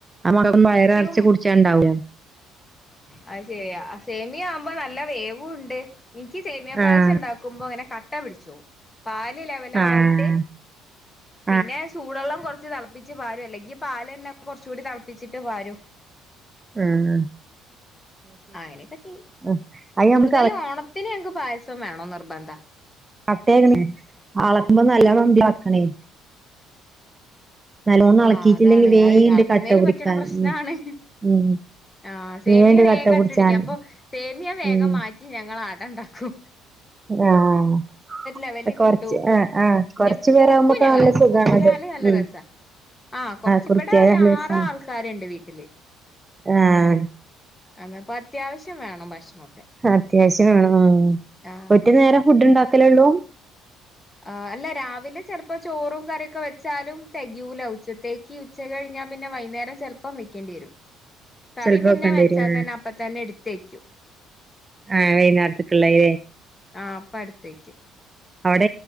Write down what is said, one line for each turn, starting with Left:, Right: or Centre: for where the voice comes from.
Right: നമ്മക്കോന്നും വയറ്
Left: എനിക്കും
Right: നറച്ചു കുടിച്ചാ ഉണ്ടാവുല
Left: അത് ശെരിയാ സേമിയ ആവുമ്പോ നല്ല വേവുണ്ട് ഇനിക്ക് സേമിയ
Right: ആഹ്
Left: പായസം ഉണ്ടാക്കുമ്പോ ങ്ങനെ കട്ട പിടിച്ചോവും പാല് ലെവല് ആവായിട്ട്
Right: ആഹ് <inaudible>
Left: പിന്നെ ചൂടെള്ളം കുറച്ച് തിളപ്പിച്ച് പാരും അല്ലെങ്കിപാലന്നെ കുറച്ച് കൂടി തിളപ്പിച്ചിട്ട് പാരും
Right: ആഹ് ആഹ്
Left: അങ്ങനെയൊക്കെ ചെയ്യും
Right: ആഹ് അത് നമ്മക്ക്
Left: കൂടുതൽ
Right: അള
Left: ഓണത്തിന് ഞങ്ങക്ക് പായസം വേണോ നിർബന്ധം.
Right: കട്ടയാക്ണയ്ന് എളക്കുമ്പോ നല്ലോണം ഉന്തി ഇളക്കണൈ നല്ലോണം അളക്കിയിട്ടില്ലെങ്കി
Left: ആഹ് അതാണ്
Right: വേണ്ട്
Left: അഹ് എളക്കുന്നതിൽ
Right: കട്ട പിടിക്കാൻ
Left: പറ്റ്ണ പ്രശ്നാണ്.
Right: ഉം ഉം
Left: ആഹ് സേമിയ
Right: വേണ്ട്
Left: വേഗം
Right: കട്ട
Left: കട്ടപിടിക്കും
Right: പിടിച്ചാൻ
Left: അപ്പൊ സേമിയ വേഗം
Right: ഉം
Left: മാറ്റി ഞങ്ങൾ അട ഉണ്ടാക്കൂ.
Right: ആഹ്
Left: ലെവലിൽ
Right: കൊറച്ച്
Left: കിട്ടും
Right: ആഹ് ആഹ്
Left: പിന്നെ
Right: കൊറച്ചു പേരാവുമ്പോക്ക
Left: കുറുക്കും ഞങ്ങള്
Right: നല്ല സുഖാണത്.
Left: കുറിക്കാല് നല്ല
Right: ഉം
Left: രസാ ആഹ് കൊറച്ച്
Right: കുറുക്കിയാല്
Left: ഇവിടെ ഒരു
Right: നല്ല രസാണ്
Left: ആറ് ആൾക്കാരുണ്ട് വീട്ടില്.
Right: ആഹ്
Left: എന്ന അപ്പൊ അത്യാവശ്യം വേണം ഭക്ഷണൊക്കെ
Right: അത്യാവശ്യം വേണം, ഉം
Left: ആഹ്
Right: ഒറ്റ നേരം ഫുഡ് ഉണ്ടാക്കലേ ഉള്ളൂ?
Left: ആ അല്ല, രാവിലെ ചെലപ്പോ ചോറും കറിയൊക്കെ വെച്ചാലും തെകയൂല ഉച്ചത്തേക്ക് ഉച്ച കഴിഞ്ഞാ പിന്നെ വൈകുന്നേരം ചെല്പ്പം വയ്ക്കേണ്ടി വരും.
Right: <inaudible>
Left: കറി പിന്നെ
Right: വെക്കേണ്ടി
Left: വെച്ചാ
Right: വരും
Left: തന്നെ അപ്പ തന്നെ എടുത്ത് വെയ്ക്കും.
Right: ആ വൈകുന്നേരത്തേയ്ക്കുള്ള ലെ
Left: ആ അപ്പ അടുത്ത് വെയ്ക്കും.
Right: അവിടെ